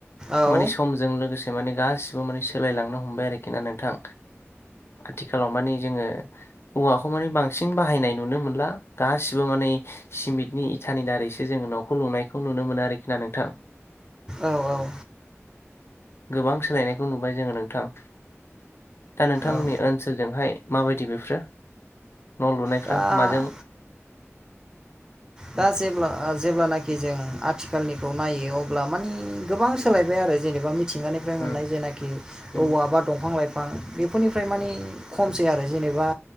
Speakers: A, on the right; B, on the left.
A: औ
B: माने समजों लोगोसे माने गासिबो माने सोलायलांनो हमबाय आरोखि ना नोंथां आथिखालाव माने जोङो औवाखौ माने बांसिन बाहायनाय नुनो मोनला गासिबो माने सिमेन्टनि इथानि दारै बेसो जोङो न'खौ लुनायखौ नुनो मोनो आरोखि ना नोंथां
A: औ औ
B: गोबां सोलायनायखौ नुबाय जोङो नोंथां दा नोंथांमोननि
A: औ
B: ओनसोलजोंहाय माबायदि बेफ फोरो न' लुनायफ्रा
A: दा
B: माजों?
A: दा जेब्ला ओ जेब्लानाखि जों आथिखालनिखौ नायो अब्ला मानि गोबां सोलायबाय आरो जेनिबा मिथिंगानिफ्राय मोननाय
B: उम
A: जेंनाखौ
B: उम
A: औवा बा दंफां बिफां बेफोरनिफ्राय मानि खमसै आरो जेनेबा